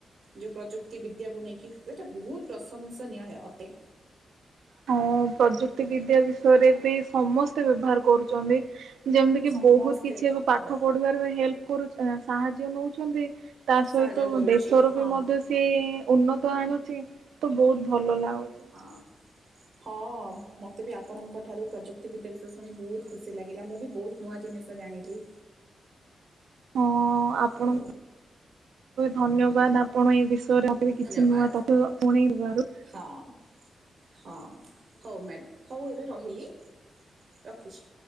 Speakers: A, on the right; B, on the right.
A: ଯେଉଁ ପ୍ରଯୁକ୍ତି ବିଦ୍ୟାକୁ ନେଇକି। ସେଇଟା ବହୁତ ପ୍ରଶଂସାନୀୟ ଅଟେ।
B: ହଁ, ପ୍ରଯୁକ୍ତି ବିଦ୍ୟା ବିଷୟରେ ବି ସମସ୍ତେ ବ୍ୟବହାର କରୁଛନ୍ତି। ଯେମିତି କି
A: ସମସ୍ତେ
B: ବହୁତ କିଛି ଏବେ ପାଠ
A: ହଁ
B: ପଢିବାରେ ହେଲ୍ପ କରୁ, ସାହାଯ୍ୟ ନେଉଛନ୍ତି। ତା ସହିତ,
A: ସାହାଯ୍ୟ କରୁଛି
B: ଦେଶରୁ
A: ହଁ
B: ବି ମଧ୍ୟ ସେ ଉନ୍ନତ ଆଣୁଚି। ତ ବହୁତ ଭଲ ଲାଗୁଚି।
A: ହଁ। ହଁ, ମୋତେ ବି ଆପଣଙ୍କ ଠାରୁ ପ୍ରଯୁକ୍ତିିବଦ୍ୟା ବିଷୟ ଶୁଣି, ବହୁତ ଖୁସି ଲାଗିଲା। ମୁଁ ବି ବହୁତ ନୂଆ ଜିନିଷ ଜାଣିଲି।
B: ହଁ, ଆପଣ
A: ଆଉ
B: ଧନ୍ୟବାଦ ଆପଣ ଏ ବିଷୟରେ ବି କିଛି
A: ଧନ୍ୟବାଦ।
B: ନୂଆ ତଥ୍ୟ ଶୁଣେଇବାରୁ।
A: ହଁ। ହଁ ହଉ ମ୍ୟାଡାମ ହଉ ଏବେ ରହିଲି। ରଖୁଛି।